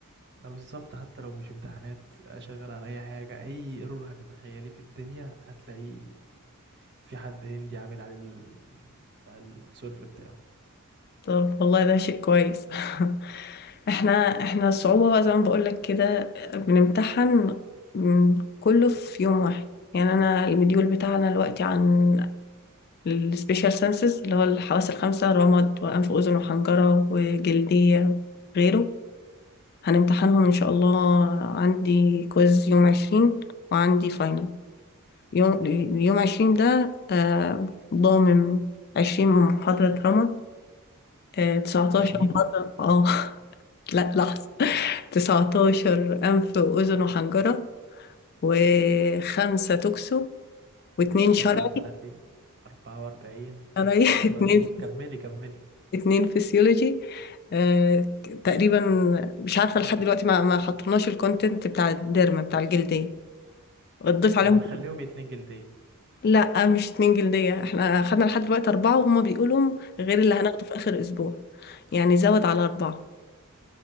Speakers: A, on the right; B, on the left.
A: لا بالظبط حتى لو مش امتحانات اشغل على اي حاجه اي ايرور هتتخيليه في الدنيا هتلاقي في حد هندي عامل على ال... على السولف بتاعه
B: طب والله ده شيء كويس <laughs> احنا احنا الصعوبة بقى زي ما بقولك كده بنمتحن م- كله في يوم واحد يعني انا المديول بتاعنا دلوقتي عن السبيشال سنسز اللي هو الحواس الخمسة رمد وانف واذن وحنجرة وجلدية وغيره هنمتحنهم ان شاء الله عندي كويز يوم عشرين وعندي فاينل يوم يوم عشرين ده آه، ضامن عشرين محاضرة رمد آه، تسعتاشر
A: عشرين
B: محاضرة اه <laughs> لا لحظة 19 أنف وأذن وحنجرة وخمسة توكسو واتنين شرعي
A: تسعة وتلاتين أربعة وأربعين
B: شرعي
A: ستة
B: <laughs> اتنين
A: وأربعين كملي كملي
B: اتنين فسيولوجي آه، تقريبا مش عارفة لحد دلوقتي ما ما حطيناش الكونتنت بتاع الديرما بتاع الجلدية تضيف
A: هخليهم
B: عليهم
A: اتنين جلدية
B: لا مش اتنين جلدية احنا خدنا لحد دلوقتي أربعة وهما بيقولوا غير اللي هناخده في آخر أسبوع يعني زود على أربعة